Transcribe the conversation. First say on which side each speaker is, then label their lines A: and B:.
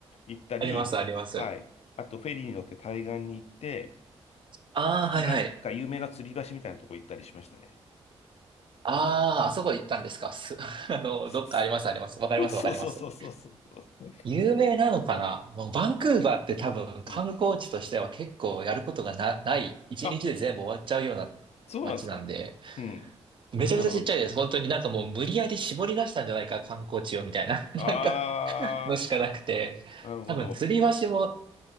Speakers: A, on the left (about 60°); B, on the right (about 45°).
A: 行ったり、
B: あります、あります。
A: はい。あと、フェリーに乗って対岸に行って、
B: ああ、
A: なんか有名な吊り橋みたいなとこ行ったりしましたね。
B: はいはい。ああ、あそこ行ったんですか。す <laughs>、あの、
A: <laughs>
B: どっかあります、あります。わかります、
A: そうそうそうそうそうそ
B: わかります。
A: う。
B: 有名なのかなもうバンクーバーって多分観光地としては結構やることがな、
A: うん。
B: ない、一日で全部終わっちゃうような
A: あ、そうなんですか。
B: 街なんで、
A: うん。
B: めちゃくちゃちっちゃいです。
A: なるほど。
B: 本当になんかもう無理やり絞り出したんじゃないか、観光地をみたいな、<laughs>
A: あ
B: なんかのしかなくて、
A: ー、なるほど。
B: 多分吊り橋も、